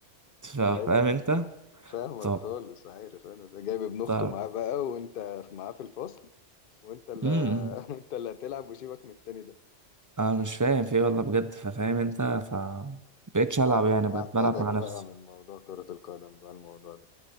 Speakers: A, on the right; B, on the left.
A: فا-
B: ايوه
A: فاهم انت
B: فاهمك
A: طب
B: خالص عارف انا ده جايب ابن اخته
A: طب
B: معاه بقى وانت في- معاه في الفصل وانت اللي
A: امم
B: <laughs> انت اللي هتلعب وسيبك من التاني ده
A: انا مش فاهم في ايه والله بجد ففاهم انت ف بقيتش العب
B: ع-
A: يعني بقيت
B: عقدك
A: بلعب مع نفسي
B: بقى من موضوع كرة القدم بقى الموضوع ده